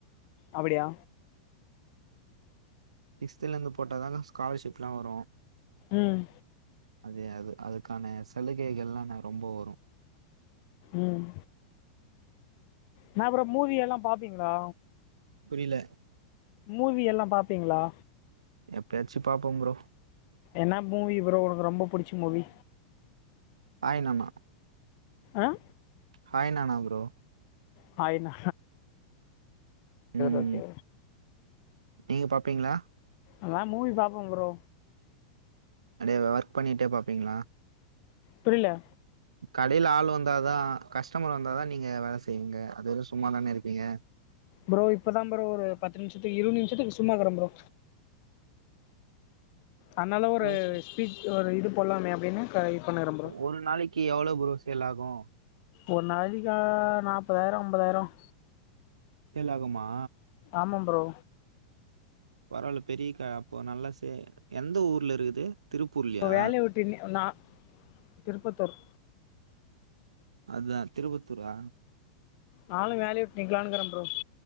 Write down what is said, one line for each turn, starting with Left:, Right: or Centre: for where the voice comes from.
Left: அப்பிடியா
Right: சிக்ஸ்தலந்து போட்டாதான ஸ்காலர்ஷிப்ல்லா வரு
Left: உம்
Right: அதே அது அதுக்கான சலுகைகள்லாரொம்ப வரு.
Left: உம் ந அப்புறம் மூவி எல்லாம் பாப்பீங்களா
Right: புரியல
Left: மூவி எல்லாம் பாப்பீங்களா
Right: எப்பயாச்சும் பாப்போம் பரோ
Left: என்ன மூவி ப்ரோ உனக்கு ரொம்ப புடிச்ச மூவி
Right: ஆனமா
Left: ஆஹ
Right: ஹாய் நானா ப்ரோ
Left: ஹாய் ஆன
Right: ம்
Left: ஓகே
Right: நீங்க பாப்பீங்களா
Left: அதான் மூவி பாப்போம் ப்ரோ
Right: அப்படியே ஒர்க் பண்ணிட்டே பாப்பீங்களா
Left: புரியல
Right: கடையில ஆள் வந்தாதான் கஸ்டமர் வந்தாதான் நீங்க வேலை செய்வீங்க அது வர சும்மாதானே இருப்பீங்க
Left: ப்ரோ இப்பதான் ப்ரோ ஒரு பத்து நிமிஷத்துக்கு இருபது நிமிஷத்துக்கு சும்மா இருக்கிற ப்ரோ அதனால
Right: இருப்பீங்க
Left: ஒரு பீச்ஒரு இது போடலாமே அப்படின்னு க இது பண்ணுகிறேன் ப்ரோ
Right: ஒரு நாளைக்கு எவ்வளவு ப்ரோ சேல் ஆகும்
Left: ஒரு நாளைதக்கா நாற்பதாயிரம் ஐம்பதாயிரம்
Right: எல்ல ஆகுமா
Left: ஆமா ப்ரோ
Right: பரவால பெரியக்கா அப்போ நல்லா சே எந்த ஊர்ல இருக்குது திருப்பூர்லயா
Left: வேலைய ஊட்டு ந திருப்பத்தூர்
Right: அததுான் திருவத்தூரா
Left: நானும் வேலைய விட்டு நீக்கலானுங்கிறேன் ப்ரோ